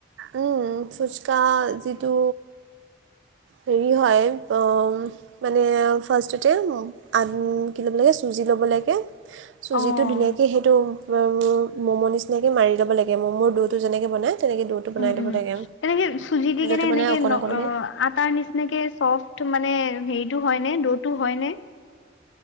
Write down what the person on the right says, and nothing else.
উম ফুচকা <unintelligible> কা যিটো হেৰি হয় উম মানে ফাৰষ্ট টে ম <unintelligible> আ কি ল'ব লাগে চুজি ল'ব লাগে চুজিটো
ধুনীয়াকৈ সেইটো মম' নিচিনাকৈ মাৰি ল'ব লাগে ম'মোৰ দৌটো যেনেকৈ বনায় তেনেকৈ ড'টো বনাই
ল'ব
লাগে।
ড'টো
বনাই
অকণ
অকণকৈ।